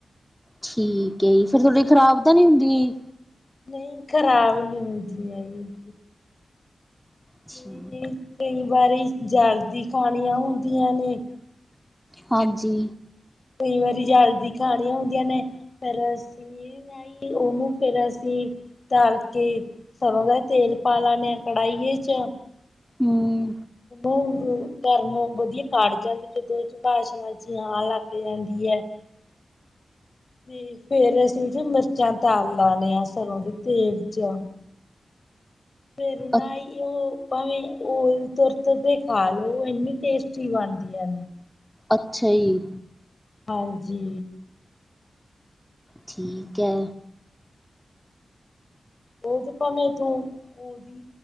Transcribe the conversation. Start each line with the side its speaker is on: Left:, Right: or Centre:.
Centre: ਠੀਕ ਹੈ ਜੀ। ਫੇਰ ਥੋਡੇ ਖ਼ਰਾਬ ਤਾਂ ਨੀ ਹੁੰਦੀਆਂ ਜੀ।
Left: ਨਹੀਂ ਖ਼ਰਾਬ ਨਹੀਂ ਹੁੰਦੀਆਂ ਜੀ।
Centre: ਜੀ।
Left: ਕਈ-ਕਈ ਵਾਰੀ ਜਲਦੀ ਖਾਣੀਆਂ ਹੁੰਦੀਆਂ ਨੇ।
Centre: ਹਾਂਜੀ।
Left: ਕਈ ਵਾਰੀ ਜਲਦੀ ਖਾਣੀਆਂ ਹੁੰਦੀਆਂ ਨੇ। ਫੇਰ ਅਸੀਂ ਉਹਨੂੰ ਫੇਰ ਅਸੀਂ। ਧਰ ਕੇ। ਸਰ੍ਹੋਂ ਦਾ ਤੇਲ ਪਾ ਲਾਣੇ ਹਾਂ ਕੜਾਹੀਏ ਚ।
Centre: ਹਮ।
Left: ਉਹਨ ਗਰਮ ਵਧੀਆ ਕੱੜ ਜਾਂਦੀ। ਜਦੋ ਚ ਵਾਸ਼ਨਾ ਜੀ ਆਣ ਲੱਗ ਜਾਂਦੀ ਹੈ। ਠੀਕ ਹੈ। ਫੇਰ ਅਸੀਂ ਉਸ ਚ ਮਿਰਚਾਂ ਤਲ ਲੇਣੇ ਆ ਸਰੋਂ ਦੇ ਤੇਲ ਚ। ਫੇਰ ਨਾ
Centre: ਅ
Left: ਜੀ ਉਹ। ਭਾਵੇਂ ਉਹ ਤੁਰਤ ਕੇ ਖਾ ਲਓ। ਉਹ ਇੰਨੀ ਟੇਸਟੀ ਬਣਦੀ ਆ।
Centre: ਅੱਛਾ ਜੀ।
Left: ਹਾਂਜੀ।
Centre: ਠੀਕ ਹੈ।
Left: ਉਹ ਤੇ ਭਾਵੇਂ ਤੂੰ। ਉਹਦੀ